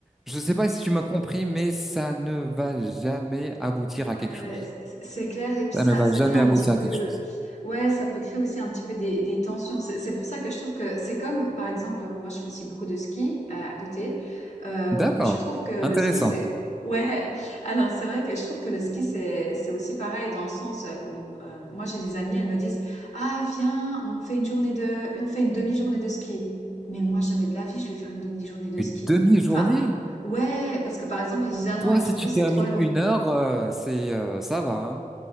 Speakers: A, in the centre; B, on the left.
A: Je sais pas si tu m'as compris, mais ça ne va jamais aboutir à
B: Ouais,
A: quelque chose.
B: c- c- c'est clair. Et puis
A: ça
B: ça,
A: ne va
B: ça
A: jamais
B: crée un
A: aboutir
B: petit peu,
A: à quelque chose.
B: ouais, ça peut créer aussi un petit peu des, des tensions. C'est c'est pour ça que je trouve que c'est comme, par exemple, moi je fais aussi beaucoup de ski euh, à côté. Euh,
A: D'accord,
B: je trouve que le
A: intéressant.
B: ski, c'est, ouais. <laughs> Alors c'est vrai que je trouve que le ski, c'est, c'est aussi pareil dans le sens où euh, moi j'ai des amies, elles me disent, ah viens, on fait une journée de, on fait une demi-journée de ski. Mais moi jamais de la vie, je vais faire une demi-journée de
A: Une
B: ski.
A: demi-journée?
B: Enfin, ouais, parce que par exemple ils disent, ah non,
A: Toi,
B: une
A: si
B: journée
A: tu
B: c'est
A: termines
B: trop long.
A: une heure, euh, c'est euh, ça va, hein.